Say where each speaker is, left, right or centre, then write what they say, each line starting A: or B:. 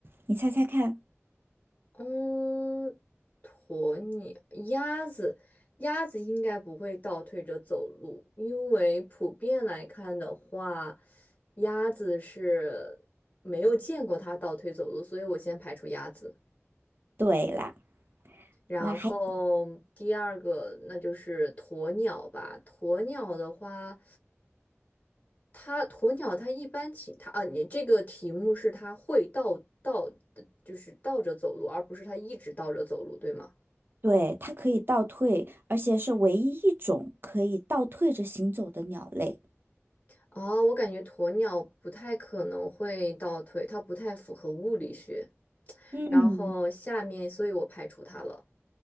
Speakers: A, on the right; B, on the left.
A: 你猜猜看？
B: 嗯，鸵鸟、鸭子，鸭子应该不会倒退着走路，因为普遍来看的话，鸭子是没有见过它倒退走路，所以我先排除鸭子。
A: 对啦，
B: 然后第二个，
A: 那还
B: 那就是鸵鸟吧。鸵鸟的话，它鸵鸟它一般情它啊，你这个题目是它会倒倒，就是倒着走路，而不是它一直倒着走路，对吗？
A: 对，它可以倒退，而且是唯一一种可以倒退着行走的鸟类。
B: 啊，我感觉鸵鸟不太可能会倒退，它不太符合物理学。
A: 嗯。
B: 然后下面，所以我排除它了。